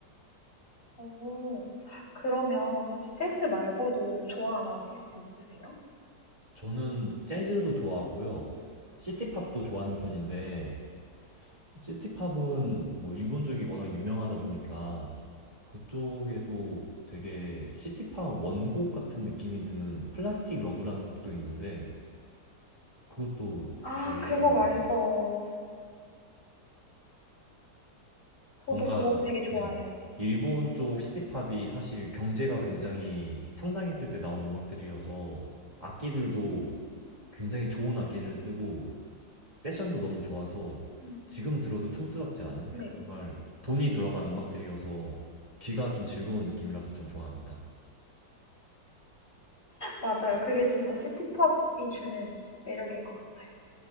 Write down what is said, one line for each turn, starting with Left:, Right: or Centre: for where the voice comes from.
Left: 오, 그러면 혹시 재즈 말고도 좋아하는 아티스트 있으세요?
Right: 저는 재즈도 좋아하고요. 시티팝도 좋아하는 편인데
Left: 네.
Right: 시티팝은
Left: 오.
Right: 뭐 일본 쪽이 워낙 유명하다 보니까 그쪽에도 되게 시티팝 원곡 같은 느낌이 드는 플라스틱 러브라는 곡도 있는데 그것도
Left: 아,
Right: 좋아합니다.
Left: 그 곡 알죠. 저도
Right: 뭔가
Left: 그 곡 되게 좋아해요.
Right: 네. 일본 쪽 시티팝이 사실 경제가 굉장히 성장했을 때 나온 음악들이어서 악기들도 굉장히 좋은 악기를 쓰고 세션도 너무 좋아서
Left: 음.
Right: 지금 들어도 촌스럽지 않은
Left: 네.
Right: 정말 돈이 들어간 음악들이어서 귀가 좀 즐거운 느낌이라서 전 좋아합니다.
Left: 맞아요. 그게 진짜 시티팝이 주는 매력인 것 같아요.